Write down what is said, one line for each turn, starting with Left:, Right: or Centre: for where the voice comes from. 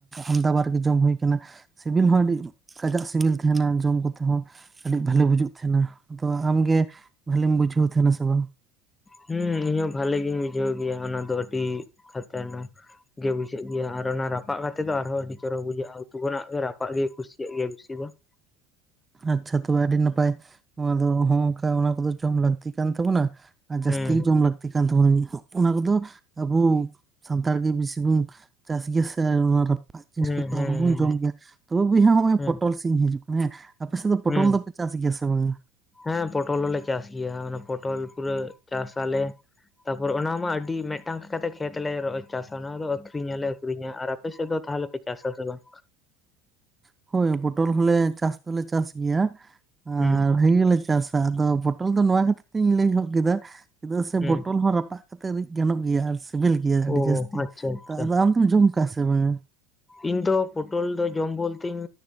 Right: ᱟᱢᱫᱟ ᱵᱟᱨᱜᱮ ᱡᱚᱢ ᱦᱩᱭ ᱠᱟᱱᱟᱼᱼ ᱥᱤᱵᱤᱞ ᱦᱚᱸ ᱟᱹᱰᱤ ᱠᱟᱡᱟᱜ ᱥᱤᱵᱤᱞ ᱛᱟᱦᱮᱱᱟ ᱡᱚᱢ ᱠᱚᱛᱮ ᱦᱚᱸᱼᱼ ᱟᱹᱰᱤ ᱵᱷᱟᱞᱤ ᱵᱩᱡᱩᱜ ᱛᱟᱦᱮᱱᱟ ᱟᱫᱚ ᱟᱢᱜᱮ ᱵᱷᱷᱟᱞᱤᱢ ᱵᱩᱡᱷᱟᱹᱣ ᱛᱟᱦᱮ ᱱᱟ ᱥᱮ ᱵᱟᱝ?
Left: ᱦᱩᱸ ᱤᱧᱦᱚᱸ ᱵᱷᱟᱹᱞᱤ ᱜᱤᱧ ᱵᱩᱡᱷᱟᱹᱣ ᱜᱮᱭᱟ ᱚᱱᱟ ᱫᱚ ᱟᱹᱰᱤ ᱠᱷᱟᱛᱟᱨ ᱱᱟᱠᱷ ᱜᱮ ᱵᱩᱡᱷᱟᱹᱜ ᱜᱮᱭᱟ ᱟᱨ ᱚᱱᱟ ᱨᱟᱯᱟᱜ ᱠᱟᱛᱮᱫ ᱫᱚ ᱟᱨᱦᱚᱸ ᱟᱹᱰᱤ ᱪᱚᱨᱚᱠ ᱵᱩᱡᱷᱟᱹᱜᱼᱟ ᱩᱛᱩ ᱠᱷᱚᱱᱟᱜ ᱜᱮ ᱨᱟᱯᱟᱜ ᱜᱮ ᱠᱩᱥᱤᱭᱟᱜ ᱜᱮᱭᱟ ᱵᱤᱥᱤ ᱫᱚ ᱾
Right: ᱟᱪᱪᱷᱟ ᱛᱚᱵᱮ ᱟᱹᱰᱤ ᱱᱟᱯᱟᱭ ᱱᱚᱣᱟᱫᱚ ᱦᱚᱚᱝᱠᱟ ᱚᱱᱟ ᱠᱚ ᱫᱚ ᱡᱚᱢ ᱞᱟᱹᱠᱛᱤ ᱠᱟᱱ ᱛᱟᱵᱚᱱᱟ᱾ ᱟᱨ ᱡᱟᱹᱥᱛᱤ
Left: ᱦᱩᱸ
Right: ᱡᱚᱢ ᱞᱟᱹᱠᱛᱤ ᱠᱟᱱ ᱛᱟᱵᱚᱱᱟ ᱚᱱᱟ ᱠᱚᱫᱚ ᱟᱵᱚ ᱥᱟᱱᱛᱟᱲ ᱜᱮ ᱵᱮᱥᱤ ᱵᱚᱱ ᱪᱟᱥ ᱜᱮᱭᱟ ᱥᱮ ᱨᱟᱯᱟᱜ ᱡᱤᱱᱤᱥ
Left: ᱦᱩᱸ
Right: ᱠᱚᱫᱚ
Left: ᱦᱩᱸ
Right: ᱟᱵᱚ ᱵᱚᱱ ᱡᱚᱢ ᱜᱮᱭᱟ ᱛᱚᱵᱮ ᱵᱚᱭᱦᱟ ᱦᱚᱸᱜᱚᱭ
Left: ᱦᱩᱸ
Right: ᱯᱚᱴᱚᱞ ᱥᱤᱡᱤᱱ ᱦᱤᱡᱩᱜ ᱠᱟᱱᱟ ᱦᱮᱸ ᱟᱯᱮ ᱥᱮᱫ ᱫᱚ ᱯᱚᱴᱚᱞ
Left: ᱦᱩᱸ
Right: ᱫᱚᱯᱮ ᱪᱟᱥ ᱜᱮᱭᱟ ᱥᱮ ᱵᱟᱝᱼᱟ?
Left: ᱦᱮᱸ ᱯᱚᱴᱚᱞ ᱦᱚᱞᱮ ᱪᱟᱥ ᱜᱮᱭᱟ ᱚᱱᱟ ᱯᱚᱴᱚᱞ ᱯᱩᱨᱟᱹ ᱪᱟᱥ ᱟᱞᱮ ᱛᱟᱯᱚᱨ ᱚᱱᱟᱢᱟ ᱟᱹᱰᱤ ᱢᱤᱫᱴᱟᱝ ᱠᱟᱛᱮᱜ ᱠᱷᱮᱛ ᱞᱮ ᱨᱮ ᱪᱟᱥᱟ ᱚᱱᱟ ᱫᱚ ᱟᱹᱠᱷᱨᱤᱧ ᱦᱚᱞᱮ ᱟᱹᱠᱷᱨᱤᱧᱟ ᱟᱨ ᱟᱯᱮ ᱥᱮᱫ ᱫᱚ ᱛᱟᱦᱚᱞᱮ ᱯᱮ ᱪᱟᱥ ᱟᱥᱮ ᱵᱟᱝ?
Right: ᱦᱳᱭ ᱯᱚᱴᱚᱞ ᱦᱚᱞᱮ ᱪᱟᱥ ᱫᱚᱞᱮ ᱪᱟᱥ ᱜᱮᱭᱟ ᱟᱨ
Left: ᱦᱩᱸ
Right: ᱵᱷᱟᱹᱜᱤ ᱜᱮᱞᱮ ᱪᱟᱥ ᱟᱫᱚ ᱵᱚᱴᱚᱞ ᱫᱚ ᱱᱚᱣᱟ ᱠᱷᱟᱹᱛᱤᱨ ᱛᱤᱧ ᱞᱟᱹᱭ ᱦᱚᱫ ᱠᱮᱫᱟ ᱪᱮᱫᱟᱜ ᱥᱮ
Left: ᱦᱩᱸ
Right: ᱵᱚᱴᱚᱞ ᱦᱚᱸ ᱨᱟᱯᱟᱜ ᱠᱟᱛᱮᱫ ᱨᱤᱫ ᱜᱟᱱᱚᱜ ᱜᱮᱭᱟ ᱟᱨ ᱥᱤᱵᱤᱞ ᱜᱮᱭᱟ ᱟᱹᱰᱤ
Left: ᱚ
Right: ᱡᱟᱹᱥᱛᱤ
Left: ᱟᱪᱪᱷᱟ ᱟᱪᱪᱷᱟ
Right: ᱛᱚ ᱟᱫᱚ ᱟᱢᱫᱚᱢ ᱡᱚᱢ ᱠᱟᱜᱼᱟ ᱥᱮ ᱵᱟᱝᱼᱟ?
Left: ᱤᱧ ᱫᱚ ᱯᱚᱴᱚᱞ ᱫᱚ ᱡᱚᱢ ᱵᱚᱞᱛᱮᱧ